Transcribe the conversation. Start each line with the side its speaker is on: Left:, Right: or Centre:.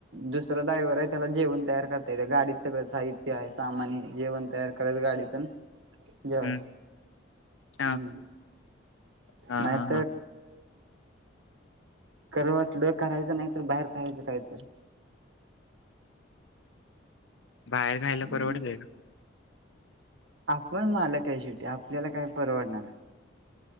Right: दुसरां ड्रायवर आहे त्याला जेवण तयार करता येते गाडीत सगळं साहित्य आहे सामान हे जेवण तयार करायच गाडीत अन जेवायचं
Left: हम्म हा
Right: हम्म
Left: हा
Right: नाही
Left: हा
Right: तर करू वाटलं करायचं नाही तर बाहेर खायचं काहीतर.
Left: बाहेर खायला
Right: हम्म
Left: परवडतय का?
Right: आपण मालक आहे शेवटी आपल्याला काय परवडणारच.